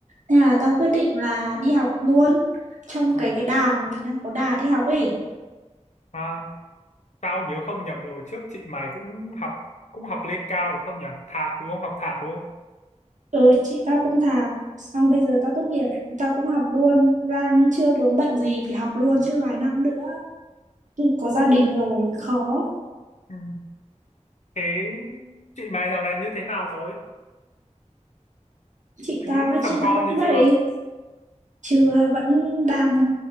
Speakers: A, on the right; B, on the left.
A: nên là tao quyết định là đi học luôn trong
B: Ờ.
A: cái cái đà mà mình đang có đà đi học ấy.
B: À, tao nhớ không nhầm rồi trước chị mày cũng học cũng học lên cao đúng không nhỉ? Thạc đúng không? Học thạc đúng không?
A: Ừ, chị tao cũng thạc xong bây giờ tao tốt nghiệp tao cũng học luôn đang chưa vướng bận gì thì học luôn chứ vài năm nữa có gia đình rồi khó
B: Ừ. Thế chị mày dạo này như thế nào rồi?
A: chị
B: Tính
A: tao ấy
B: chồng
A: chị đang
B: con
A: vẫn
B: thì
A: vậy
B: chưa?
A: chưa vẫn đang